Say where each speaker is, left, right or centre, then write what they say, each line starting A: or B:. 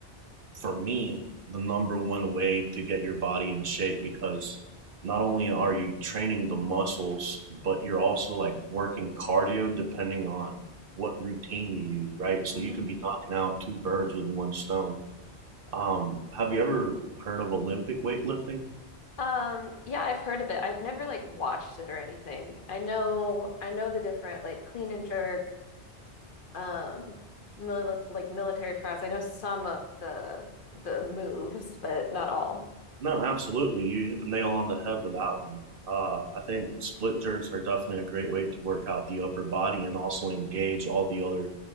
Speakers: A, on the right; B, on the left.
A: for me, the number one way to get your body in shape because not only are you training the muscles, but you're also like working cardio depending on what routine you use, right? So
B: hmm
A: you could be knocking out two birds with one stone. Um, have you ever heard of Olympic weightlifting?
B: Um, yeah, I've heard of it. I've never like watched it or anything. I know, I know the different like clean and jerk, um, mili like military press. I know some of the the moves, but not all.
A: No, absolutely. You hit the nail on the head with that one. Uh, I think split jerks are definitely a great way to work out the upper body and also engage all the other,